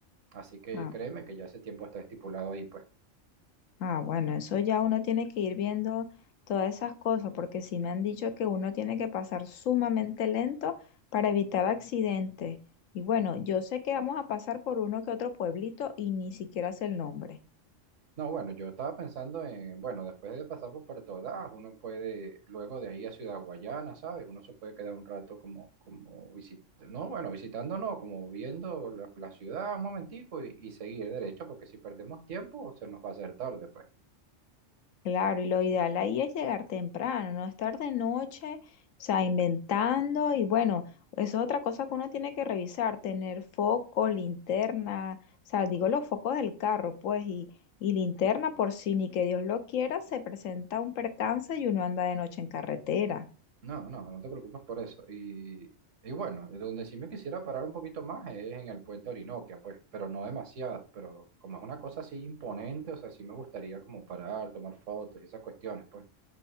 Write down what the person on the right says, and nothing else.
Así que
créeme que ya ese tiempo está estipulado ahí, pues.
No, bueno, yo estaba pensando en, bueno, después de pasar por Puerto Ordaz, uno puede, luego de ahí a Ciudad Guayana, ¿sabes? Uno se puede quedar un rato como, como visitando, no, bueno, visitando no, como viendo la, la ciudad un momentico y, y seguir derecho, porque si perdemos tiempo se nos va a hacer tarde, pues.
No, no, no te preocupes por eso. Y, y bueno, donde sí me quisiera parar un poquito más es en el puente Orinoquia, pues, pero no demasiado, pero como es una cosa así imponente, o sea, sí me gustaría como parar, tomar fotos y esas cuestiones, pues.